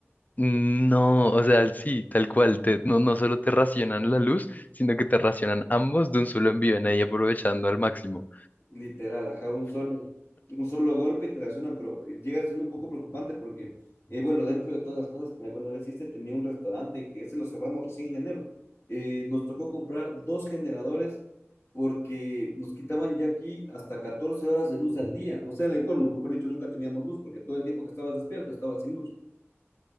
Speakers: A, on the left; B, on the left.
A: no, o sea, sí, tal cual, te- no, no solo te racionan la luz, sino que te racionan ambos de un solo envío, en ahí aprovechando al máximo.
B: Literal, ajá, un solo, un solo golpe y te lesiona, pero llega siendo un poco preocupante porque, eh, bueno, dentro de todas las cosas que alguna vez hice, tenía un restaurante que ese lo cerramos recién en enero. Eh, nos tocó comprar dos generadores porque nos quitaban ya aquí hasta 14 horas de luz al día. O sea, en el colmo, mejor dicho, nunca teníamos luz porque todo el tiempo que estabas despierto estabas sin luz.